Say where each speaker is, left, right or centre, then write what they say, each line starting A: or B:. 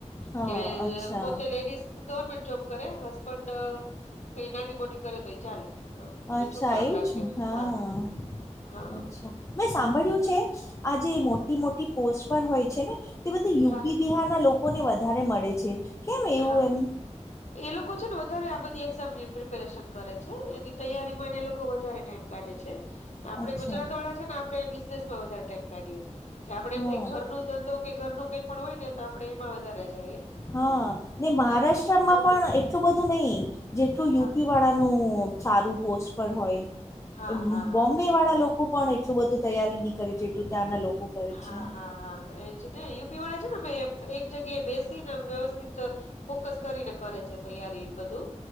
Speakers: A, on the left; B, on the left.
A: હા
B: કે
A: અચ્છા
B: પોતે લેડીઝ ગવર્મેન્ટ જોબ કરે હસબન્ડ કઈ નાની મોટી કરે તો એ ચાલે હ
A: અચ્છા
B: ને છોકરાઓને
A: આવું
B: રાખે
A: છે હા
B: હા હા હા
A: અચ્છા મેં સાંભળ્યું છે આજે મોટી મોટી પોસ્ટ પર હોય છે ને તે બધું યુપી
B: હા
A: બિહારના લોકોને વધારે મળે છે કેમ એવું
B: હા
A: એમ?
B: એ લોકો છે ને વધારે આ બધી એક્ઝામની પ્રિપેરેશન કરે છે એવી તૈયારીમાં ને એ લોકો વધારે ટાઈમ કાઢે છે. આપણે
A: અચ્છા
B: ગુજરાતવાળા છીએ ને આપણે એ બિઝનેસમાં વધારે ટાઈમ કાઢીએે છીએ કે આપડે
A: હા
B: એમ થાય ઘરનું ધંધો કે ઘર નું કઈ પણ હોય ને તો આપણેે એમાં વધારે જાયએ.
A: હા ને મહારાષ્ટ્રમાં પણ
B: મહેનત
A: એટલું
B: કરી.
A: બધું નહી જેટલું
B: હા
A: યુપી વાળાનું સારું પોસ્ટ પર હોય
B: હા
A: એ
B: હા હા.
A: બોમ્ બે વાળા લોકો પણ એટલું બધું તૈયારી નહીં કરે જેટલું ત્યાંના લોકો કરે
B: હા
A: છે
B: હા હા એજ ને યુપી વાળા છે ને એક જગ્યાએ બેસી ને વ્યવસ્થિત ફોકસ કરીને કરે છે તૈયારી એ બધું